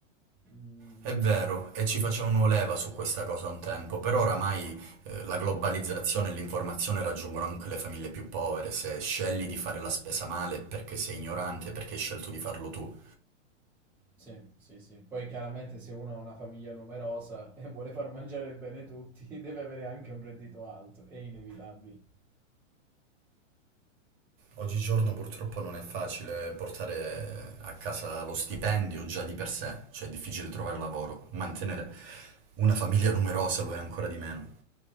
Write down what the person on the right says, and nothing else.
È vero,
e ci facevano leva su questa cosa un tempo, però oramai eh, la globalizzazione e l'informazione raggiungono anche le famiglie più povere. Se scegli di fare la spesa male è perché sei ignorante, perché hai scelto di farlo tu.
Oggigiorno purtroppo non è facile portare a casa lo stipendio già di per sé, cioè è difficile trovare lavoro. Mantenere una famiglia numerosa lo è ancora di meno.